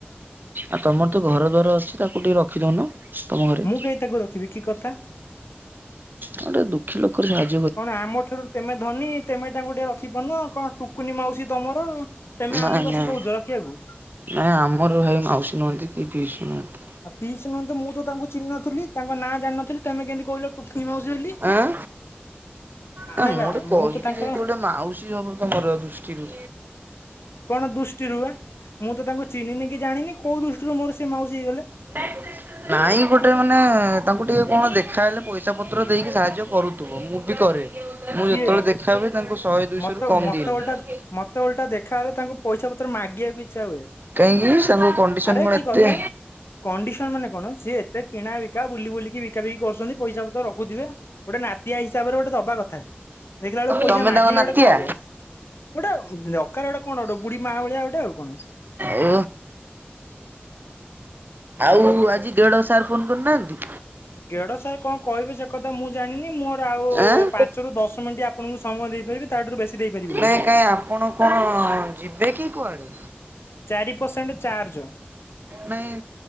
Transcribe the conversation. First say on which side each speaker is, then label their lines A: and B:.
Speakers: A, on the right; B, on the left.
A: ଆଉ ତମର ତ ଘର ଦ୍ୱାର ଅଛି ତାକୁ ଟିକେ ରଖିଦିଉନ ତମ ଘରେ।
B: ମୁଁ କାହିଁ ତାକୁ ରଖିବି କି କଥା।
A: ଗୋଟେ ଦୁଃଖୀ ଲୋକର ଭା
B: କଣ ଆମ ଠାରୁ ତେମେ ଧନୀ ତେମେ ତାଙ୍କୁ ଟିକେ ରଖି ପାରୁନ କଣ ଟୁକୁନି ମାଉସୀ ତମର। ତେମେ
A: ନାଇଁ
B: ଆମକୁ ଆସିକି
A: ନାଇଁ
B: କହୁଛ ରଖିବାକୁ।
A: ନାଇଁ ଆମରି ଭାଇ ମାଉସୀ ନୁହନ୍ତି କି ପିଉସୀ ନୁହନ୍ତି।
B: ଆଉ ପିସ୍ ନୁହନ୍ତୁ ମୁଁ ତ ତାଙ୍କୁ ଚିହ୍ନଥିଲ ତାଙ୍କ ନାଁ ଜାଣିନଥିଲି ତମେ କେମିତି କହିଲ ଟୁକୁନି ମାଉସି ବୋଲି
A: ଆଁ ନା
B: ନାଇଁ ବା
A: ଗୋଟେ
B: ମୁଁ
A: କହିଲି
B: ତ ତାଙ୍କ
A: ଯେହେତୁ ଗୋଟେ ମାଉସୀ ହବ। ତମର ଦୃଷ୍ଟିରୁ।
B: କଣ ଦୃଷ୍ଟିରୁୁବା ମୁଁ ତ ତାଙ୍କୁ ଚିହ୍ନିନି କି ଜାଣିନି କୋଉ ଦୃଷ୍ଟିରୁ ମୋର ସେ ମାଉସୀ ହେଇଗଲେ।
A: ମାକ ନାଇଁ ଗୋଟେ ମାନେ ତାଙ୍କୁ ଟିକେ କଣ ଦେଖାହେଲେ ପଇସା ପତ୍ର ଦେଇକି ସାହାଯ୍ୟ କରୁଥିବ ମୁଁ ବି କରେ। ମୁଁ
B: କିଏ
A: ଯେତେବେଳେ ଦେଖାହୁଏ ତାଙ୍କୁ ଶହେ ଦୁଇଶହ
B: ମତେ
A: ରୁ କମ
B: ମତେ
A: ଦିଏ ନି।
B: ଓଲଟା ମତେ ଓଲଟା ଦେଖାହେଲେ ତାଙ୍କୁ ପଇସା ପତ୍ର ମାଗିବାକୁ ଇଚ୍ଛା ହୁଏ।
A: କାହିଁକି ସାଙ୍କ କଣ୍ଡିସନ
B: ଆରେ
A: କଣ
B: କି
A: ଏତେ।
B: କଥା କଣ୍ଡିସନ ମାନେ କଣ ସିଏ ଏତେ କିଣା ବିକା ବୁଲି ବୁଲିକି କିଣା ବିକି କରୁଛନ୍ତି ପଇସା ପତର ରଖୁଥିବେ। ଗୋଟେ ନାତିଆ ହିସାବରେ ଗୋଟେ ଦବା କଥା ଦେଖିଲା ବେଳକୁ ପଇସା
A: ତମେ
B: ମାଗିଲେ
A: ତାଙ୍କ ନାତିଆ?
B: ଗୋଟେ କଣ ହବ। ଗୋଟେ <unintelligible> କଣ ଗୋଟେ ବୁଢୀ ମା ଭଳିଆ ଗୋଟେ ଆଉ କଣ।
A: ଓ ଆଉ ଆଜି ଦେଢ ସାର ଫୋନ କରିନାହାନ୍ତି?
B: ଗେଡ ସାର୍ କଣ କହିବେ ସେ କଥା ମୁଁ ଜାଣିନି ମୋର ଆଉ
A: ଆଁ?
B: ପାଞ୍ଚରୁ ଦଶ ମିନିଟ୍ ଆପଣଙ୍କୁ ସମୟ ଦେଇପାରିବି ତାଠାରୁ ବେଶୀ ଦେଇପାରିବିନି।
A: ନାଇଁ କାଇଁ ଆପଣ କଣ ଯିବେ କି କୁଆଡେ?
B: ଚାରି ପରସେଣ୍ଟ ଚାର୍ଜ।
A: ନାଇଁ